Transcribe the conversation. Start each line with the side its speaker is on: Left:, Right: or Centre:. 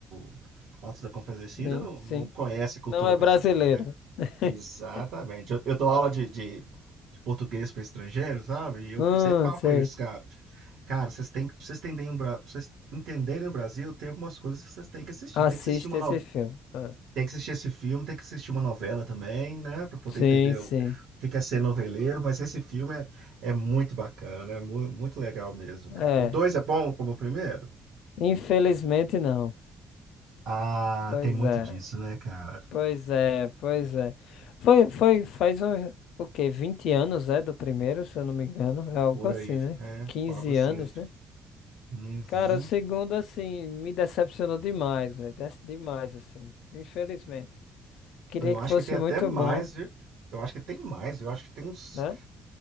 Right: o Autos da Compadecida
Left: Sim,
Right: não,
Left: sim.
Right: não conhece a cultura
Left: Não é
Right: brasileira,
Left: brasileiro.
Right: né?
Left: <laughs>
Right: Exatamente. Eu, eu dou aula de, de, de português pra estrangeiros, sabe? E eu
Left: Hum,
Right: sempre falo
Left: sei.
Right: com eles, cara. Cara, vocês têm que, pra vocês entenderem o Bra- pra vocês entenderem o Brasil, tem algumas coisas que vocês têm que assistir.
Left: Assista
Right: Tem que assistir uma
Left: esse filme. Ah,
Right: tem que assistir esse filme, tem que assistir uma novela também, né? Pra poder
Left: Sim,
Right: entender
Left: sim.
Right: o que que é ser noveleiro, mas esse filme é, é muito bacana, né? mu- Muito, legal mesmo, cara.
Left: É.
Right: O dois é bom como o primeiro?
Left: Infelizmente não.
Right: Ah,
Left: Pois
Right: tem muito
Left: é.
Right: disso, né, cara?
Left: Pois é, pois é. Foi, foi, faz um, o quê? vinte anos, é, do primeiro, se eu não me engano. É algo
Right: Por
Left: assim,
Right: aí,
Left: né?
Right: é,
Left: 15
Right: algo cinza.
Left: anos, né?
Right: Uhum.
Left: Cara, o segundo, assim, me decepcionou demais, velho. Des- Demais, assim. Infelizmente. Queria
Right: Eu
Left: que
Right: acho
Left: fosse
Right: que tem até
Left: muito
Right: mais,
Left: bom,
Right: viu? Eu acho que tem mais, eu acho que tem uns.
Left: né?